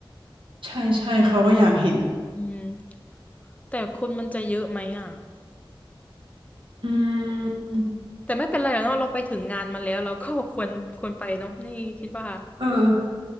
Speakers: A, on the right; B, on the left.
A: ใช่ใช่เขาก็อยากเห็น
B: อืม แต่คนมันจะเยอะไหมอ่ะ
A: อืม
B: แต่ไม่เป็นไรหรอกเนาะเราไปถึงงานมาแล้วเราก็ควรควรไปเนาะนี่คิดว่า
A: เออ